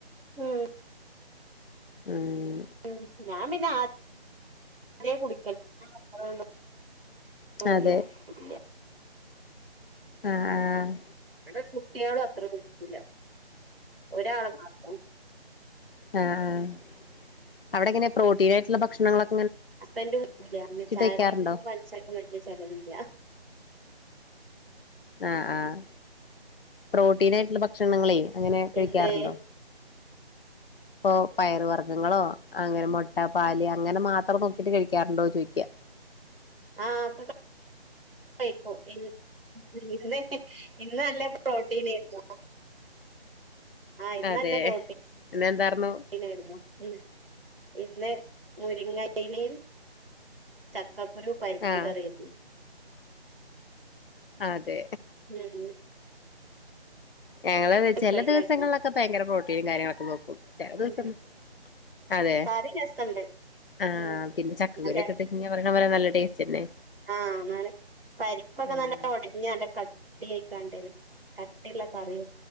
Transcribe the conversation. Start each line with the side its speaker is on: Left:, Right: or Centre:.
Right: ഉം
Left: ഉം
Right: ഉം ഞാൻ പിന്നെ ഞാൻ ആദ്യം പിന്നേ കുടിക്കൽ <unintelligible> ഇപ്പോ ഇല്ലൃ
Left: അതെ
Right: ഇല്ലൃ
Left: ആഹ് ആഹ്
Right: <unintelligible> കേരളം അത്ര <unintelligible> ഒരാൾ മാത്രം ഉം.
Left: ആഹ് അവിടെ എങ്ങനെ പ്രോട്ടീൻ ആയിട്ടുള്ള ഭക്ഷണങ്ങളൊ?
Right: അപ്പന്റെ <unintelligible> ചായപൊടിക്കും
Left: വെക്കാറുണ്ടോ
Right: പൻസാരക്കും വലിയ ചിലവില്ല.
Left: ആ ആഹ് പ്രോട്ടീൻ ആയിട്ടുള്ള ഭക്ഷണങ്ങളെ അങ്ങനെ കഴിക്കാറുണ്ടോ?
Right: എന്ത്
Left: ഇപ്പൊ പയറു വർഗ്ഗങ്ങളോ അങ്ങനെ മുട്ട പാല് അങ്ങനെ മാത്രം നോക്കിട്ട് കഴിക്കാറുണ്ടോന്ന് ചോദിക്ക.
Right: ആഹ ക്കെ കഴിക്ക <unintelligible> ഇന്ന് നല്ല പ്രോട്ടീൻ <unintelligible> ആഹ് ഇത്
Left: അതെ
Right: നല്ല പ്രോട്ടീ
Left: പിന്നെന്താർന്നു
Right: നായിരുന്നു. ഉം ഇന്ന് മുരിങ്ങേലയിൽ ചക്ക് - പപ്പടം പരിപ്പുകറിയും
Left: ആഹ് അതേ
Right: <unintelligible>
Left: ഞങ്ങള് ചെല
Right: ഫ്രൈ
Left: ദിവസങ്ങളിലൊക്കെ
Right: ആക്കിയോ
Left: ഭയങ്കര പ്രോട്ടീനും കാര്യങ്ങള്- അോ <unintelligible> ചില ദിവസം
Right: ഉം
Left: അതെ
Right: കറി രസണ്ട്
Left: ആ
Right: ഉം
Left: പിന്നെ ചക്കക്കുരു
Right: നല്ല
Left: ഒക്കെയിട്ട് ഇങ്ങ പറ പോല നല്ല- ടേസ്റ്റ് തന്നെ
Right: ആഹ് മാറി പരിപ്പൊക്കെ
Left: ആഹ്
Right: നല്ലോലെ ഓടച്ച- ഇല്ല കട്ടി ആക്കാണ്ട കട്ടിയുള്ള കറി